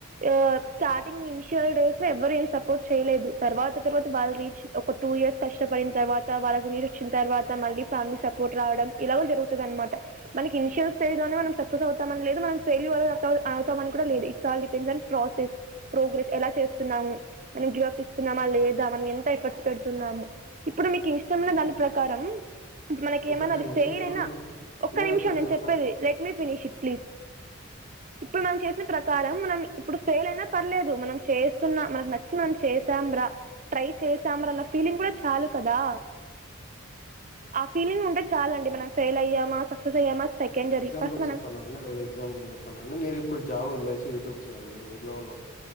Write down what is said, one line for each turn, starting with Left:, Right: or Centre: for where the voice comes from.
Right: ఆ స్టార్టింగ్ ఇనిషియల్ డేస్. స్ ఎవ్వరేం సపోర్ట్ చేయలేదు తర్వాత తర్వాత వాళ్ళ రీచ్ ఒక టూ ఇయర్స్ కష్టపడిన తర్వాత వాళ్ళకి రీచ్. చ్ వచ్చిన తర్వాత మళ్ళీ ఫ్యామిలీ సపోర్ట్ రావడం ఇలా కూడా జరుగుతది అనమాట మనకి ఇనిషియల్ స్టేజ్ లోనే మనం. సక్సెస్ అవుతామని లేదు మనం ఫెల్యూర్ అవుతా అవుతామని కూడా లేదు it's all depends on process. Progress ఎలా చేస్తున్నాము మనం గివ్అప్ ఇస్తున్నామా లేదా అని ఎంత ఎఫర్ట్స్ పెడుతున్నాము ఇప్పు. ఇప్పుడు మీకు ఇష్టమున్న దాని ప్రకారం. మనకి
Left: ఒకటండి
Right: ఏమన్నా అది ఫెయిల్
Left: ఇప్పుడు
Right: అయినా ఒక్క నిమిషం
Left: ఒకటి
Right: నేను
Left: ఒక
Right: చెప్పేది let me finish it please. ఇప్పుడు మనం చేసిన ప్రకారం మనం ఇప్పుడు ఫేల్ అయినా పర్లేదు, మనం చేస్తున్న మనకు నచ్చి మనం చేసాం రా ట్రై చేశామనన్న ఫీలింగ్ కూడా చాలు కదా. ఆ ఫీలింగ్ ఉంటే చాలండి, మనం ఫెయిల్ అయ్యామా సక్సెస్ అయ్యామా సెకండరీ.
Left: ఇంగోటి
Right: ఫస్ట్ మనం
Left: చెప్పన అండి ఒక ఎగ్జాంపుల్ చెప్పన అండి మీరిప్పుడు జాబ్ వదిలేసి యూట్యూబ్ చేయండి మీ ఇంట్లో వాళ్ళ